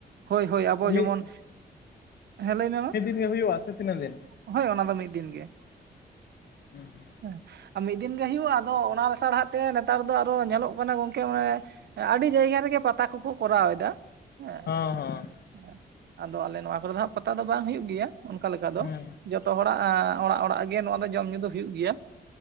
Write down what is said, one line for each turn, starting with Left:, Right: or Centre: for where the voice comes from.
Right: ᱦᱳᱭ ᱦᱳᱭ ᱟᱵᱚ ᱡᱮᱢᱚᱱ,
Left: ᱢᱤᱫ
Right: ᱦᱮᱸ ᱞᱟᱹᱭ ᱢᱮ ᱢᱟ ᱾
Left: ᱦᱩᱭᱩᱜ-ᱟ ᱥᱮ ᱛᱤᱱᱟᱹᱜ ᱫᱤᱱ?
Right: ᱦᱳᱭ ᱚᱱᱟ ᱫᱚ ᱢᱤᱫ ᱫᱤᱱ ᱜᱮ ᱾
Left: <unintelligible>
Right: ᱦᱮᱸ ᱟᱨ ᱢᱤᱫ ᱫᱤᱱ ᱜᱮ ᱦᱩᱭᱩᱜᱼᱟ ᱟᱫᱚ ᱚᱱᱟ ᱞᱮᱥᱟᱲᱦᱮᱜ ᱛᱮ ᱱᱮᱛᱟᱨ ᱫᱚ ᱟᱨᱚ ᱧᱮᱞᱚᱜ ᱠᱟᱱᱟ ᱜᱚᱝᱠᱮ <unintelligible> ᱦᱮᱸ ᱟᱹᱰᱤ ᱡᱟᱭᱜᱟ ᱨᱮᱜᱮ ᱯᱟᱛᱟ ᱠᱚᱠᱚ ᱠᱚᱨᱟᱣ ᱮᱫᱟ ᱦᱮᱸ,
Left: ᱦᱚᱸ ᱦᱚᱸ
Right: ᱦᱮᱸ ᱟᱫᱚ ᱟᱞᱮ ᱱᱚᱣᱟ ᱠᱚᱨᱮ ᱫᱚ ᱦᱟᱜ ᱯᱟᱛᱟ ᱫᱚ ᱵᱟᱝ ᱦᱩᱭᱩᱜ ᱜᱮᱭᱟ ᱚᱱᱠᱟ ᱞᱮᱠᱟ ᱫᱚ
Left: ᱦᱮᱸ
Right: ᱡᱚᱛᱚ ᱦᱚᱲᱟᱜ ᱚᱲᱟᱜ ᱚᱲᱟᱜ ᱜᱮ ᱱᱚᱣᱟ ᱫᱚ ᱡᱚᱢ ᱧᱩ ᱫᱚ ᱦᱩᱭᱩᱜ ᱜᱮᱭᱟ,